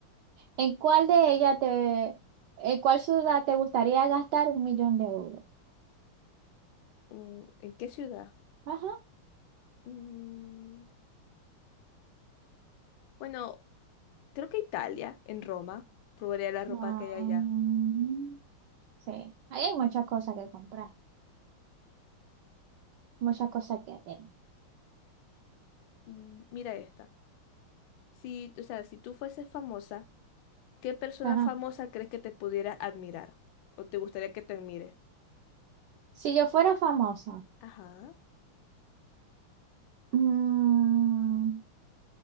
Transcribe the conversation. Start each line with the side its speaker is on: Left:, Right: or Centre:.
Right: ¿En cuál de ellas te, en cuál ciudad te gustaría gastar un millón de euros?
Left: Mm, ¿En qué ciudad?
Right: Ajá.
Left: Mm, bueno, creo que Italia, en Roma. Probaría la ropa
Right: Ah,
Left: que hay allá.
Right: mm, sí, ahí hay muchas cosas que comprar, muchas cosas que hacer.
Left: Mm, mira esta. Si, o sea, si tú fueses famosa, ¿qué persona
Right: Ajá.
Left: famosa crees que te pudiera admirar? ¿O te gustaría que te admire?
Right: Si yo fuera famosa,
Left: Ajá.
Right: mm,